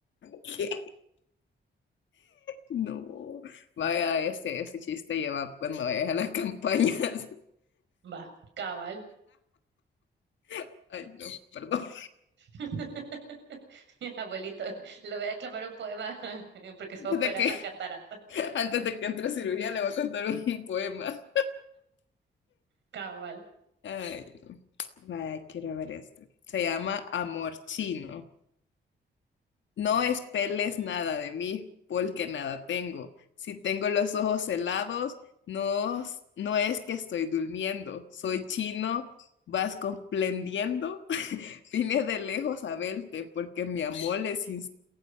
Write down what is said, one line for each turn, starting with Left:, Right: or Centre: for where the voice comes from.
Left: ¿Qué? No. Vaya, este, este chiste lleva cuando vayas a las campañas.
Right: Va, cabal.
Left: <laughs> Ay, no, perdón.
Right: <laughs> Abuelito, le voy a declamar un poema <laughs> porque se
Left: Antes
Right: va a operar
Left: de que,
Right: las cataratas.
Left: antes de que entre a cirugía, le voy a contar un poema.
Right: Cabal.
Left: Ay, no. vaya, quiero ver este. Se llama Amor Chino. No espeles nada de mí, porque nada tengo. Si tengo los ojos helados, no, s- no es que estoy durmiendo. Soy chino, vas comprendiendo. <laughs> Vine de lejos a verte, porque mi amor es sin